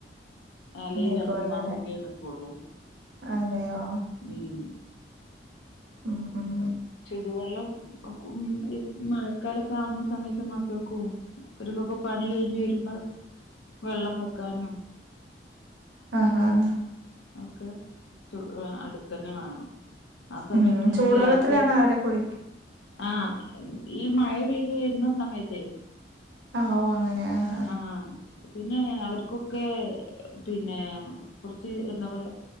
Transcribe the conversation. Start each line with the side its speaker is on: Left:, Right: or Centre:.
Left: അല്ലെ
Right: നിക്കുവല്ലല്ലേ
Left: രണ്ടു മാസൊക്കെയേ നിക്കൂള്ളൂ
Right: അതെയോ
Left: ഉം.
Right: ഉം ഉം
Left: ചുടുവെള്ളം <unintelligible> മഴക്കാലവൊക്കെ ആവുന്ന സമയത്ത് മക്കൾക്കും അവർക്കൊക്കെ പണി കഴിഞ്ഞ് വരുമ്പോ വെള്ളം വെക്കാനും
Right: ആഹ് ആഹ് ആഹ്
Left: ഒക്കെ ചു അടുപ്പ് തന്നെ വേണം. ആ സമയത്തൊന്നും
Right: ഉം ചൂടുവെള്ളത്തിലാണ്
Left: ഗ്യാസ് കത്തി
Right: അവര് കുളിക്ക
Left: ആഹ് ഈ മഴ പെയ്ത് വരുന്ന സമയത്തെ
Right: ആ ഓ അങ്ങനെ ആഹ് ആഹ്
Left: ആഹ് പിന്നെ അവർക്കൊക്കെ പിന്നേ ച്ച് എന്താ പറയാ